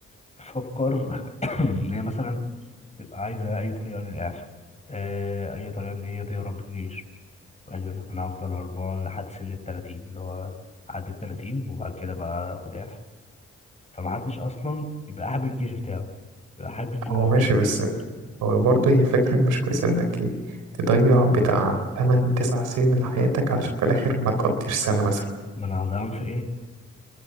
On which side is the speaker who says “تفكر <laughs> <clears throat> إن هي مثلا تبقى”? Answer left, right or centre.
Left